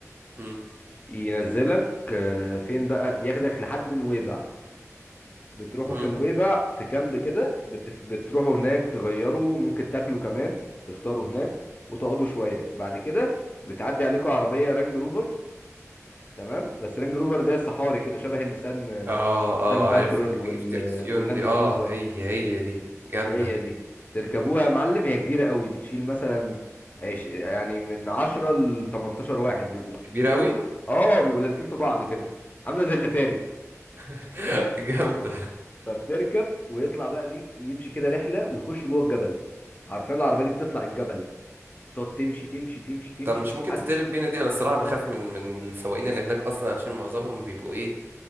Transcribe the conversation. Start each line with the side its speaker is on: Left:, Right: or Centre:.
Right: مم.
Left: ينزلك آه، فين بقى بياخدك لحد نويبع بتروحوا
Right: مم.
Left: في نويبع في كامب كده بتف... بتروحوا هناك تغيروا ممكن تاكلوا كمان تفطروا هناك وتقعدوا شوية بعد كده بتعدي عليكم عربية رانج روفر تمام بس رانج روفر اللي هي الصحاري كده شبه النسان آه،
Right: اه اه
Left: نسان باترول
Right: عارفها اللي بتيجي
Left: وال...
Right: في التلفزيون
Left: واللاند
Right: دي اه
Left: كروزر
Right: هي هي دي جامده
Left: هي دي تركبوها يا معلم هي كبيرة قوي بتشيل مثلا عش... يعني من 10 ل 18 واحد بيبقوا
Right: كبيره
Left: كلهم
Right: قوي
Left: اه بيبقوا لازقين في بعض كده عاملة زي الأتاري
Right: <laughs> جامده
Left: فبتركب ويطلع بقى بيك يمشي كده رحله ويخش جوه الجبل حرفيا العربيه دي بتطلع الجبل تقعد تمشي تمشي تمشي تمشي
Right: طب مش
Left: لحد
Right: ممكن تتقلب بينا دي انا الصراحه بخاف من من السواقين اللي هناك اصلا عشان معظمهم بيبقوا ايه